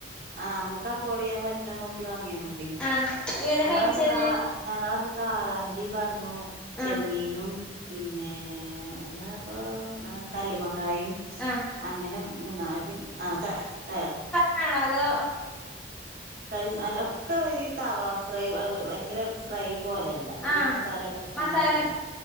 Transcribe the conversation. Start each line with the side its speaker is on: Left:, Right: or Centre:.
Right: അ അമ്മക്ക് അഫോർഡ് ചെയ്യാൻ പറ്റണ നോക് ക്കി വാങ്ങ്യാ മതി
Centre: ആഹ് ഏതാ
Right: ഞങ്ങളന്ന്
Centre: കഴിച്ചത്
Right: കാ ഞങ്ങളന്ന് കാളാഞ്ചിയും പറഞ്ഞു ചെമ്മീനും.
Centre: ആഹ്
Right: പിന്നെ എന്താ ഇപ്പൊ കല്ലുമക്ക. കായും
Centre: ആഹ്
Right: അങ്ങനെ മുന്നാബിൻ ക ക.
Centre: മീനാണോ അതോ.
Right: കരില്ലഒക്കെ ഈ താവാ ഫ്രൈ ഔ. ഭയങ്കര ഫ്രൈ പോലല്ല ഒരു
Centre: ആഹ്
Right: മസാല ടൈപ്പ്
Centre: മസാല
Right: അങ്ങനെണ്.